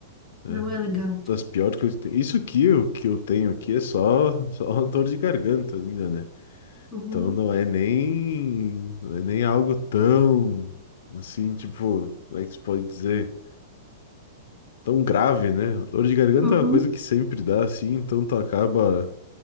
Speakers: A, on the left; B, in the centre.
A: É,
B: Não é legal.
A: das piores coisas que tem. Isso aqui, o que eu tenho aqui é só, só <laughs> dor de garganta ainda, né?
B: Uhum.
A: Então não é nem, não é nem algo tão, assim, tipo, como é que se pode dizer? Tão grave, né? Dor de garganta
B: Uhum.
A: é uma coisa que sempre dá, assim, então tu acaba,